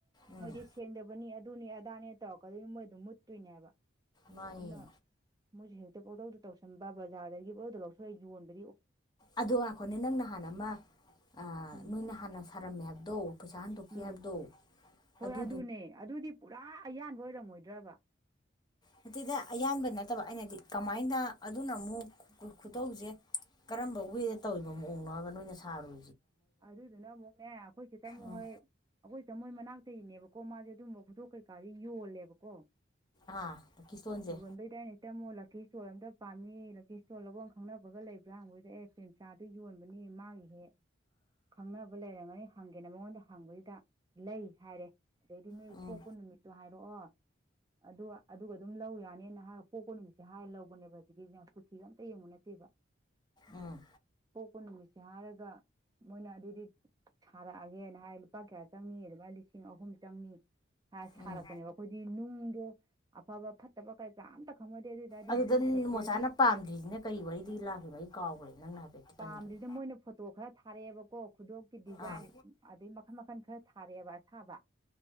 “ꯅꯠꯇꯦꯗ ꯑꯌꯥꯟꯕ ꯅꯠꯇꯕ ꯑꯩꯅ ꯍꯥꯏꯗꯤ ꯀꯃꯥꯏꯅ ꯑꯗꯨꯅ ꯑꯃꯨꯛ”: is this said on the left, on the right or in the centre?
Left